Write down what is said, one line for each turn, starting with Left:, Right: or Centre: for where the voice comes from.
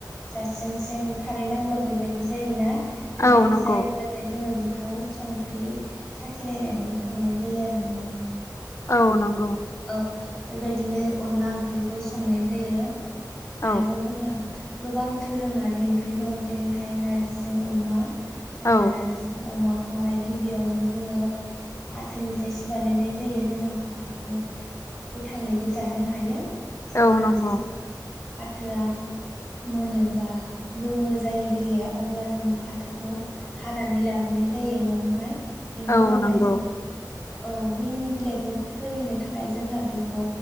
Centre: जास्रें स्रें खा नांब्ला बेबायदि जायोना बेबायदि
Left: औ नंगौ
Centre: जायोब्लाथाय जोङो बेखौ संख्रि साखि नायनानै खांनाय जायो आरो ना
Left: औ नंगौ
Centre: औ बेबायदिनो अनला ओंख्रिखौ संनाय जायो
Left: औ
Centre: आरोबाव जोंहा गोबां दोरोङारि ओंख्रि दं जेरैहाय नारजिजों अमा जोंहा
Left: औ
Centre: नारजिजों अमा खौहाय गिबियावनो जोङो फाथोनिफ्रायसो बानायनाय जायो जोंहा फाथोखौ गोथाङैबो जानो हायो जेब्लाखि
Left: औ नंगौ
Centre: जोङो फाथोआ मोनोबा गोमो जायो बिलाइआ अब्ला जों फाथोखौ हानानै लाबोनाय जायो न'वहाय बिनि
Left: औ
Centre: उनावहाय
Left: नंगौ
Centre: जों औ बैनि बिलाइखौ <unintelligible> हाय जोंहा बिखौ